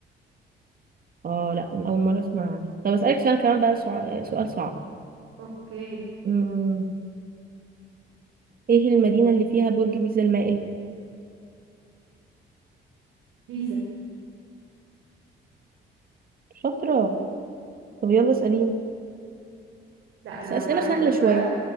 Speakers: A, on the right (about 45°); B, on the right (about 80°).
A: اه لا أول مرة أسمع عنها طب أسألك سؤال كمان بقى سع- سؤال صعب
B: اوكي
A: مم. إيه المدينة اللي فيها برج بيزا المائل
B: بيزا
A: شاطرة طب يلا اسأليني
B: لا انا
A: بس أسئلة
B: هبعتلك
A: سهلة شوية
B: بقى